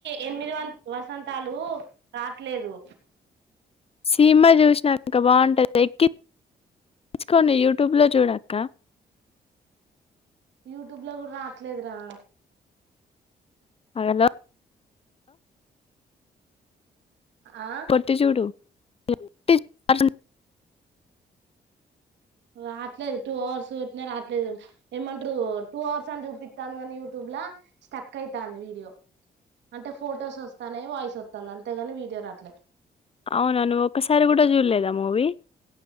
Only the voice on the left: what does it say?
సీమా చూషినా అక్క బావుంటది. ఎక్కిచ్చుకొని యూట్యూబ్ లో చూడక్క.
హలో లొ
కొట్టి చూడు. <unintelligible>
అవునా నువ్వు ఒక్కసారి గూడా చూడలేదా మూవీ?